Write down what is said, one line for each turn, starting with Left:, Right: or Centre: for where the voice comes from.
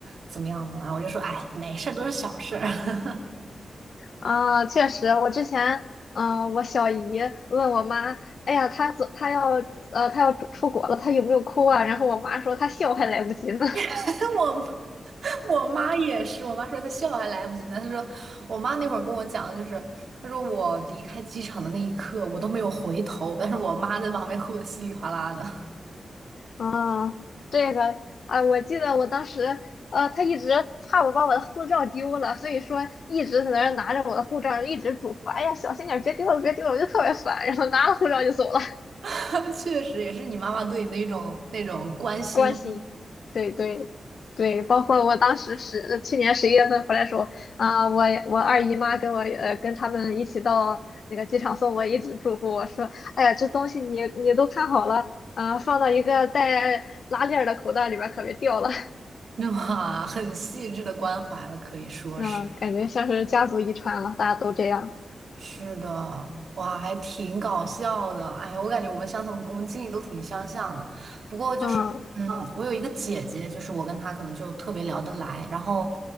Right: 怎么样的？然后我就说，哎，没事儿，都是小事儿。
Left: 啊，确实，我之前，嗯、我小姨问我妈，哎呀，她走，她要，呃，她要出出国了，她有没有哭啊？然后我妈说她笑还来不及呢。
Right: <laughs> 我我妈也是，我妈说她笑还来不及呢。她说，我妈那会儿跟我讲的就是，她说我离开机场的那一刻，我都没有回头，但是我妈在旁边哭的稀里哗啦的。
Left: 啊，这个啊，我记得我当时，呃，他一直怕我把我的护照丢了，所以说一直在那儿拿着我的护照，一直嘱咐，哎呀，小心点儿，别丢了，别丢了，我就特别烦，然后拿了护照就走了，
Right: <laughs> 确实，也是你妈妈对你那种那种关心。
Left: <laughs> 关心，对对对，包括我当时十去年十一月份回来的时候，啊、我我二姨妈跟我呃跟他们一起到那个机场送我，一直嘱咐我说，哎呀，这东西你你都看好了啊、放到一个带拉链儿的口袋里边儿，可别掉了。
Right: <laughs> 哇，很细致的关怀了，可以说是
Left: 嗯，感觉像是家族遗传了，大家都这样。
Right: 是的，哇，还挺搞笑的。哎，我感觉我们相同，我们经历都挺相像的。不过就是，
Left: 嗯，
Right: 嗯，我有一个姐姐，就是我跟她可能就特别聊得来。然后，